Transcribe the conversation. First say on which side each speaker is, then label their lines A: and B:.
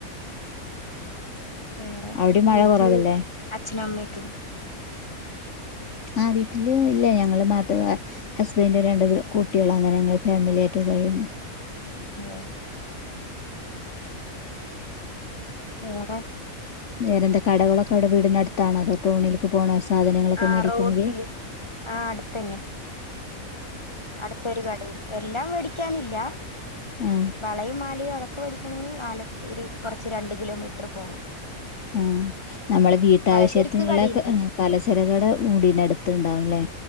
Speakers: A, on the left; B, on the left.
A: വേറെ
B: അവിടെയും
A: വീട്ടില്
B: മഴ കുറവല്ലേ
A: അച്ഛന് അമ്മയൊക്കെ
B: ആ വീട്ടില് ഇല്ല ഞങ്ങള് മാത്രം ഹസ്ബൻഡും രണ്ട് കുട്ടികളും അങ്ങനെ ഞങ്ങള് ഫാമിലിയായിട്ട് കഴിയണ്
A: ആ വേറെ
B: വേറെ എന്താ കടകളൊക്കെ വീടിന് അടുത്ത് ത്താണോ അതോ ടൗണിലേക്ക് പോണ സാധനങ്ങളൊക്കെ
A: ആ
B: മേടിക്കണങ്കിൽ
A: റോട്ടില് ആ അടുത്തന്നെ അടുത്തൊരു കടയിൽ എല്ലാം വേടിക്കാനില്ല
B: ആ
A: വളയും മാലയും അതൊക്കെ വേടിക്ക നെങ്കി ആലത്തൂര് കുറച്ച് രണ്ട് കിലോമീറ്റർ പോണം
B: ആ നമ്മളെ വീട്ടാവശ്യത്തിനുള്ള
A: പലചരക്ക് കടയുണ്ട്
B: പലചരകട വീടിനടുത്തണ്ടാവുല്ലേ